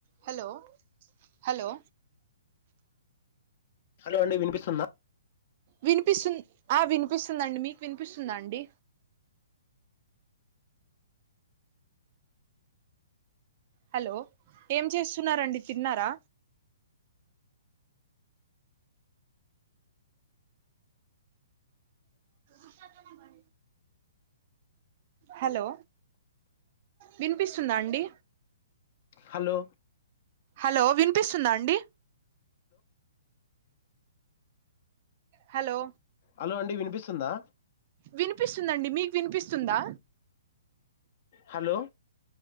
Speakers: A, on the right; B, on the left.
A: Hello hello
B: hello అండి వినిపిస్తుందా
A: వినిపిస్తు ఆ వినిపిస్తుందండి మీకు వినిపిస్తుందా అండి హలో ఏం చేస్తున్నారండి తిన్నారా ఉషనే హలో విన్పిస్తుందా అండి
B: హలో
A: హలో విన్పిస్తుందా అండి హలో
B: హలో అండి వినిపిస్తుందా
A: వినిపిస్తుందండి మీకు వినిపిస్తుందా
B: హలో